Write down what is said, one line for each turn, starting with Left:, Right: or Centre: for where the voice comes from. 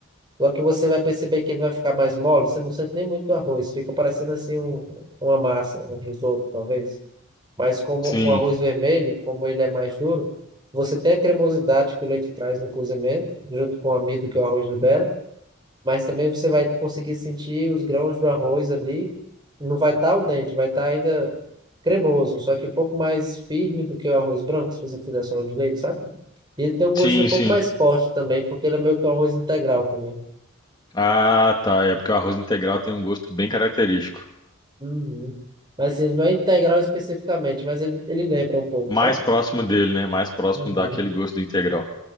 Right: Só que você vai perceber que ele vai ficar mais mole, você não sente nem muito o arroz. Fica parecendo assim um, uma massa, um risoto, talvez. Mas como
Left: sim,
Right: o arroz vermelho, como ele é mais duro, você tem a cremosidade que o leite traz no cozimento, junto com o amido que o arroz libera mas também você vai conseguir sentir os grãos do arroz ali. Não vai estar o dente, vai estar ainda cremoso, só que um pouco mais firme do que o arroz branco, se você fizer só o de leite, sabe? E ele tem um gostinho
Left: sim,
Right: um pouco
Left: sim.
Right: mais forte também, porque ele é meio que um arroz integral também.
Left: Ah, tá. É porque o arroz integral tem um gosto bem característico.
Right: Uhum. Mas assim, ele não é integral especificamente, mas ele, ele lembra um pouco,
Left: Mais
Right: sabe?
Left: próximo dele, né? Mais próximo
Right: Uhum.
Left: daquele gosto do integral.